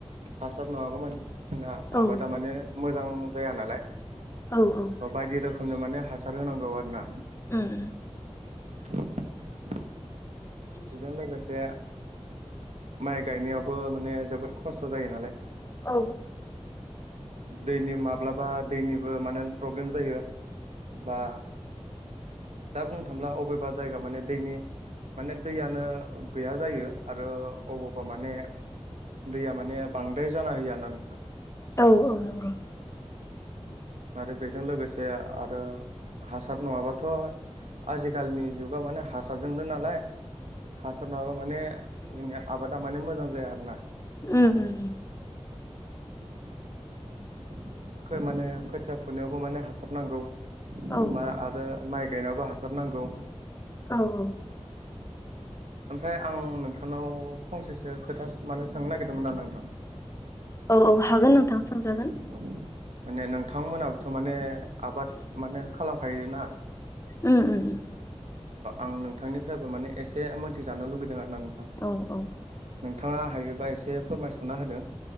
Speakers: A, on the right (about 85°); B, on the left (about 25°).
A: हासार नङागौमानि जोंना
B: औ
A: आबादा माने मोजां जाया नालाय
B: औ औ
A: स' बायदि रोखोमनि माने हासार होनांगौ आरो ना
B: उम
A: <inaudible> बेजों लोगोसे माइ गायनायावबो माने जोबोद खस्थ' जायो नालाय
B: औ
A: दैनि माब्लाबा दैनिबो माने प्रब्लेम जायो बा दा बुंनो थाङोब्ला अबेबा जायगा माने दैनि माने दैयानो गैया जायो आरो अबावबा माने दैया माने बांद्राय जाना होयो आरोना नोंथां
B: औ औ नंगौ
A: आरो बेजों लोगोसे आरो हासार नङाबाथ' आजिखालिनि जुगा माने हासारजोंनो नालाय हासार नङाब्ला माने जोंनि आबादा माने मोजां जाया आरोना
B: उम उम
A: <inaudible> माने खोथिया फुनायावबो माने हासार नांगौ
B: औ
A: मा आरो माइ गायनायावबो हासार नांगौ
B: औ औ
A: ओमफ्राय आं नोंथांनाव फंसेसो खोथा माने सोंनो नागिरदोंमोन आरोना नोंथां
B: औ औ हागोन नोंथां सोंजागोन
A: औ माने नोंथांमोनाबोथ' माने आबाद माने खालामखायोना
B: उम उम उम
A: आं नोंथांनिफ्रायबो माने एसे मोनथिजानो लुगैदों आरो ना नोंथां
B: औ औ
A: नोंथाङा हायोबा एसे फोरमायसना होदों